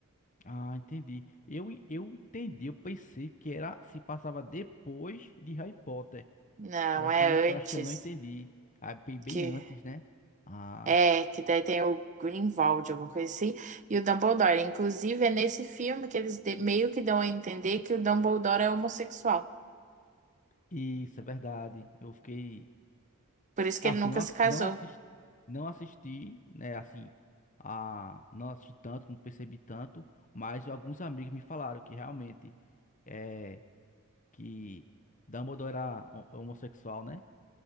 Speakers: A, on the left; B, on the right.
A: Ah, entendi. Eu, eu entendi. Eu pensei que era se passava depois de Harry Potter.
B: Não,
A: Eu acho
B: é
A: que eu não, eu
B: antes.
A: acho que eu não entendi. Ah, bem, bem
B: Que
A: antes, né? Ah,
B: é, que daí tem o Grindelwald, alguma coisa assim, e o Dumbledore. Inclusive, é nesse filme que eles de- meio que dão a entender que o Dumbledore é homossexual.
A: isso é verdade. Eu fiquei.
B: Por isso que
A: Assim,
B: ele nunca
A: não, ass-
B: se casou.
A: não assisti, não assisti, né, assim, a, não assisti tanto, não percebi tanto, mas alguns amigos me falaram que realmente é que Dumbledore era ho- homossexual, né?